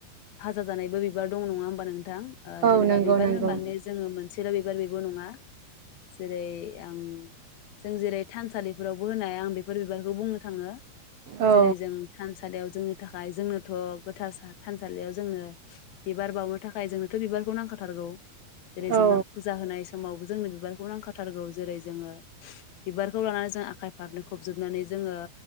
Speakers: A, on the left (about 75°); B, on the right (about 70°).
A: फाजा जानायबो बिबार दं नङा होमबा नों थां
B: औ
A: जेनेबा
B: नंगौ
A: बिबार
B: नंगौ
A: होनबाने जोङो मोन मोनसेल' बिबार बेबो नङा जेरै आं जों जेरै थानसालिफोरावबो होनाय आं बेफोर बिबारखौ बुंनो थाङो।
B: औ
A: जेरै जों थान थानसालियाव जोंनि थाखाय जोंनोथ' गोथार थानसालियाव जोंनो बिबार बावनो थाखाय जोंनोथ' बिबारखौ नांखाथारगौ। जेरै जोंहा
B: औ
A: फुजा होनाय समावबो जोंनो बिबारखौ नांखाथारगौ जेरै जोंङो बिबारखौ लानानै जों आखाइ फारनै खबजोबनानै जोंङो